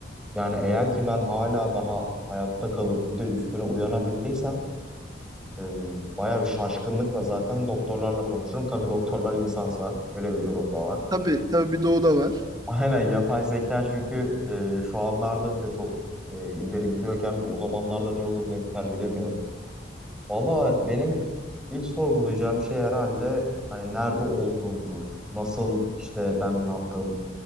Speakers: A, in the centre; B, on the right.
A: Yani eğer ki ben hala daha hayatta kalıp bir de üstüne uyanabildiysem ee, bayağı bir şaşkınlıkla zaten doktorlarla konuşurum. Tabii doktorlar insansa öyle bir durum da var.
B: Tabii, tabii bir doğu da var.
A: <laughs> Aynen yapay zeka çünkü e, şu anlarda bile çok e, ileri gidiyorken o zamanlarda ne olur ne biter bilemiyorum. Valla benim ilk sorgulayacağım şey herhalde hani nerede olduğumdur. Nasıl işte ben uyandım,